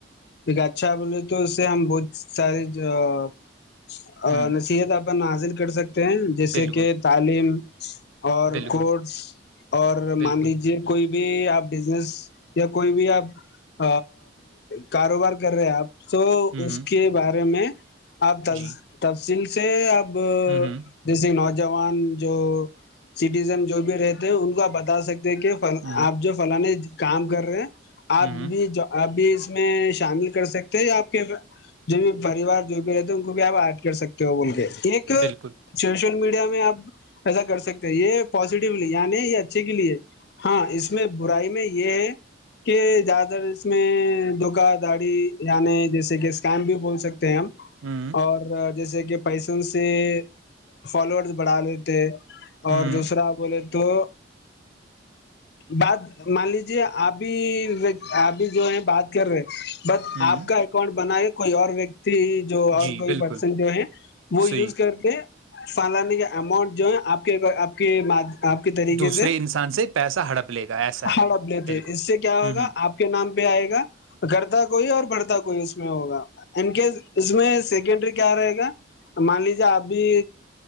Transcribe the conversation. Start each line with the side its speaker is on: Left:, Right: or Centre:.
Left: یک اچھا بولے تو اس سے ہم بہت ساری ا
Right: ہوں
Left: نصیحت آن سک ہیں جیسے
Right: بالکل
Left: کہ تعلیم اور
Right: بالکل
Left: کورس اور
Right: بالکل
Left: مان لیجیے کوئی بھی آپ بزنس یا کوئی بھی آپ کاروبار کر رہے آپ تو
Right: ہوں
Left: اس
Right: ہوں،
Left: کے بارے میں اب تب
Right: جی
Left: تب جن سے آپ
Right: ہوں ہوں
Left: جیس نوج جوان جو سٹیزن جو بھی رہتے ان کو بتا سکتے دیکھیے
Right: ہوں
Left: آپ جو فلانے کام کر رہے ہیں
Right: ہوں
Left: اب
Right: ہوں،
Left: بھی جو ابھی میں شامل کر سکتے ہیں یا آپ کے جو بھی پریوار جو بھی رہتے ان کو بھی آپ ایڈ کر سکتے ہو بول کے ایک
Right: بالکل
Left: سوشل میڈیا آپ ایسا کر سکتے یہ پزیٹیو یعنی یہ اچھے کے لیے ہاں اس میں برائی میں یہ ہے کہ زیادہ تر اس میں دکا داڑی یعنی جیسے کہ اسکم بھی بول سکتے ہیں ہم
Right: ہوں
Left: اور جیسے کہ پیسن سے فالوورس بڑھا لیتے
Right: ہوں
Left: اور دوسرا بولے تو بات مان لیجے ابھی ابھی جو ہے بات اکر بس
Right: ہوں
Left: آپ کا اکاؤنٹ بناائے کوئی اور و جو اور
Right: جی
Left: کوئی
Right: بالکل
Left: بنسن جو ہے وہ
Right: صحیح
Left: یوز کر کے فالانانی کا اماؤنٹ جو ہے آپ کے آپ کے آپ کے طریقے
Right: دوسرے
Left: سے
Right: انسان سے پیسہ ہڑپ لے گا ایسا ہے
Left: ہڑپ لیتے
Right: بالکل
Left: اس سے کیا ہوگا
Right: ہوں ہوں
Left: آپ کے نام پ آئے گا کرتا کوئی اور بڑھتا کوئی اس میں ہوگا ان کیس اس میں سیکنڈری کیا رہے گا مان لیجیے اب بھی